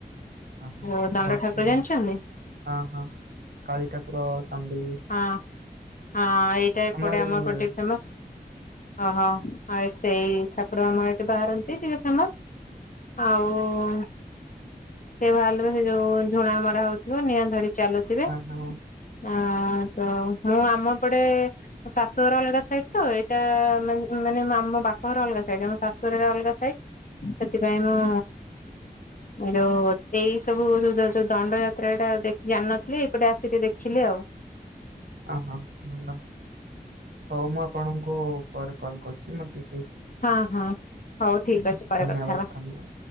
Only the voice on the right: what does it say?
ହଁ ହଁ
ଭଲସେ
ହୁଏ।
ହଁ ହଁ କାଳି ଠାକୁର, ଚଣ୍ଡୀ,
ଆମ ଆଡେ
ବି ହୁଏ
ହଁ ହଁ।
ଓହୋ ଭଲ। ହଉ ମୁଁ ଆପଣଙ୍କୁ ପରେ କଲ କରୁଚି। ମୋର ଟି
ଧନ୍ୟବାଦ।
ଧନ୍ୟବାଦ।